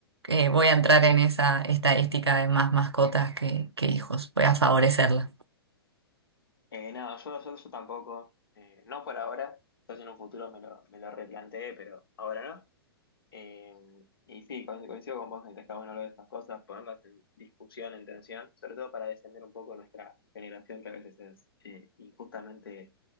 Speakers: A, on the right (about 80°); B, on the left (about 65°).
A: eh, voy a entrar en esa estadística de más mascotas que, que hijos, voy a favorecerla.
B: Eh, no, yo, yo, yo tampoco. Eh, no por ahora. Entonces en un futuro me lo, me lo replanteé, pero ahora no. Eh, y sí, co- coincido con vos en que está bueno hablar de estas cosas, ponerlas en discusión, en tensión, sobre todo para defender un poco nuestra generación que a veces es eh, injustamente